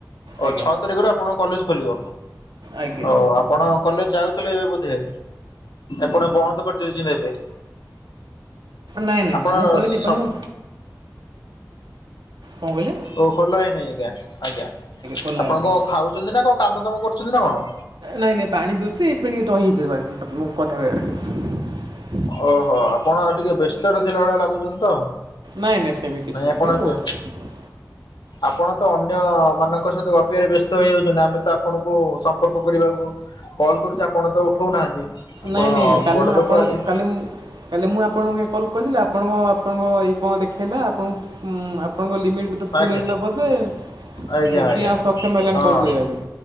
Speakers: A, on the left; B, on the right.
A: ଓ
B: ଆଜ୍ଞା
A: ଛଅ ତାରିଖରୁ ଆପଣଙ୍କ କଲେଜ ଖୋଲିବ,
B: ଆଜ୍ଞା
A: ଓ ଆପଣ କଲେଜ ଯାଉଥିଲେ ଏବେ ବୋ ଧେ ଆପଣ ବନ୍ଦ କରିଦେଇଚ଼ନ୍ତି ଏବେ?
B: ନାଇଁ ନାଇଁ
A: ଆପଣ
B: ଆମ କଲେଜ୍ ଏପଅନ୍ତ କଁ କଇଲେ?
A: ଓ ଖୋଲା ହେଇନି ଏଇଖିଆଁ ଆଜ୍ଞା
B: ଖୋଲା
A: ଆପଣ
B: ହେଇନି।
A: କଁ ଖାଉଚ଼ନ୍ତି ନା କଣ, କାମ ଦାମ କରୁଚ଼ନ୍ତି ନା କଣ?
B: ନାଇଁ ନାଇଁ ପାଣି ପିଉତି ଏବେ ଟିକେ ରହିତିଲି ପା ମୁଁ କଥା କହିବାରେ।
A: ଓ ହୋ ଆପଣ ଟିକେ ବ୍ୟସ୍ତରେ ଥିଲା ଭଳିଆ ଲାଗୁଚ଼ନ୍ତି ତ।
B: ନାଇଁ ନାଇଁ ସେମିତି କିଛି ନାହିଁ
A: ଆପଣ
B: ଆଜ୍ଞା କୁହନ୍ତୁ।
A: ଏତେ ହଁ। ଆପଣ ତ ଅନ୍ୟ ମାନଙ୍କ ସହିତ ଗପିବାରେ ବ୍ୟସ୍ତ ହେଇଯାଉଚ଼ନ୍ତି, ଆମେ ତ ଆପଣଙ୍କୁ ସମ୍ପର୍କ କରିବାକୁ କଲ୍ କରୁଚ଼ି ଆପଣ ତ ଉଠଉନାହାନ୍ତି ଆପଣ
B: ନାଇଁ ନାଇଁ କାଲି
A: ବଡ
B: ମୁଁ
A: ଲୋକ
B: ଆପଣଙ୍କୁ
A: ଆଜ୍ଞା।
B: କାଲି ମୁଁ କାଲି ମୁଁ ଆପଣଙ୍କୁ ଆ କଲ୍ କରିଥିଲି, ଆପଣଙ୍କ ଆପଣଙ୍କ ଏଇ କଣ ଦେଖେଇଲା ଆପଣ ଉୁଁ ଆପ୍ ଆପଣଙ୍କ ଲିମିଟ୍ ବୋଧେ ଫୁଲ
A: ଆଜ୍ଞା
B: ହେଇଥିଲା ବୋଧେ
A: ଆଜ୍ଞା
B: ହେତି
A: ଆଜ୍ଞା
B: ଆଉ ସକ୍ଷମ ହେଲାନି
A: ହଁ।
B: କଲ୍ କରିବା ପାଇଁ।